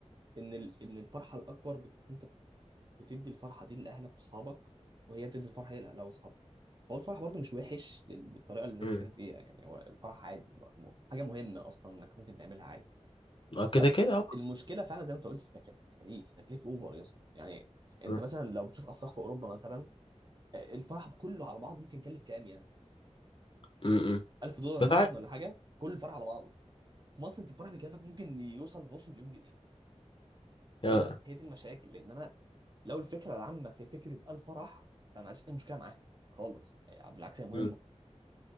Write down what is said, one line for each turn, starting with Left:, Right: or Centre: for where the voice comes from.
Right: ان ال... ان الفرحة الأكبر بت... انت بتدي الفرحه دي لاهلك واصحابك وهي بتدي الفرحه دي لاهلها واصحابها هو الفرح برضو مش وحش لل- بالطريقه اللي الناس
Left: م-
Right: بتتكلم فيها يعني هو الفرح عادي هو حاجه مهمه اصلا انك ممكن تعملها عادي
Left: م. كده
Right: بس
Left: كده أهو.
Right: المشكله فعلا زي ما انت قلت في التكليف التكاليف تكليف اوفر يا اسطى يعني انت
Left: م-
Right: مثلا لو بتشوف افراح في اوروبا مثلا آه، الفرح كله على بعضه ممكن يكلف كام يعني
Left: م- م.
Right: 1000 دولار
Left: بس
Right: مثلا
Left: عارف-
Right: ولا حاجه كل الفرح على بعضه في مصر انت الفرح بيكلفك ممكن يوصل لنص مليون جنيه
Left: آه.
Right: هي دي بس هي دي المشاكل لان انا لو الفكره العامه في فكره الفرح فما عنديش اي مشكله معاها خالص آه، بالعكس هي مهمه
Left: م-